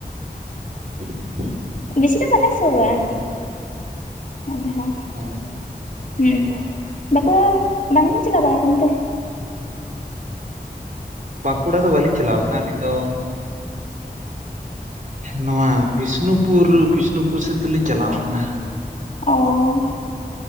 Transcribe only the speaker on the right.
<inaudible>
<inaudible>
ᱚ
ᱵᱟᱸᱠᱩᱲᱟ ᱫᱚ ᱵᱟᱞᱤᱧ ᱪᱟᱞᱟᱣ ᱟᱠᱟᱱᱟ ᱟᱹᱞᱤᱧ ᱫᱚ ᱱᱚᱣᱟ ᱵᱤᱥᱱᱩᱯᱩᱨ ᱵᱤᱥᱱᱩᱯᱩᱨ ᱥᱮᱫ ᱫᱚᱞᱤᱧ ᱪᱟᱞᱟᱣ ᱟᱠᱟᱱᱟ